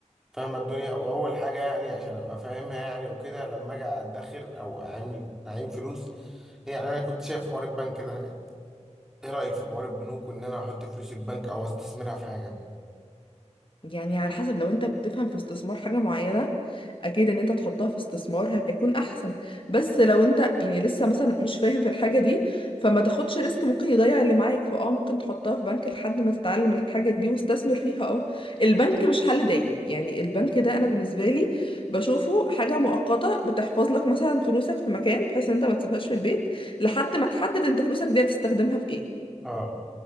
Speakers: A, in the centre; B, on the left.
A: فاهم الدنيا واول حاجه يعني عشان ابقى فاهمها يعني وكده لما اجي ادخر او اعمل اعين فلوس يعني انا كنت شايف حوار البنك ده ايه رايك في حوار البنوك وان انا احط فلوسي في بنك او استثمرها في حاجه
B: يعني على حسب لو انت بتفهم في استثمار حاجة معينة اكيد ان انت تحطها في استثمار هيكون احسن بس لو انت يعني لسه مثلا مش فاهم في الحاجة دي فما تاخدش ريسك ممكن يضيع اللي معاك فاه ممكن تحطها في بنك لحد ما تتعلم الحاجة دي واستثمر فيها اه البنك مش حل دايم يعني البنك ده انا بالنسبة لي بشوفه حاجة مؤقتة بتحفظ لك مثلا فلوسك في مكان بحيث ان انت ما تسيبهاش في البيت لحد ما تحدد انت فلوسك دي هتستخدمها في ايه
A: اه